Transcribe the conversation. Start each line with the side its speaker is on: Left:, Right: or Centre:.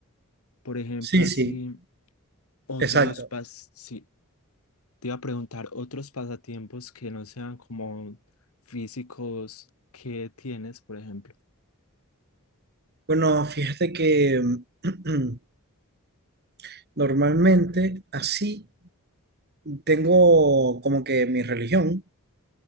Left: por ejemplo,
Right: Sí,
Left: así
Right: sí,
Left: otros
Right: exacto.
Left: pas- sí, Te iba a preguntar otros pasatiempos que no sean como físicos que tienes, por ejemplo.
Right: Bueno, fíjate que mm, <clears throat> normalmente así tengo como que mi religión,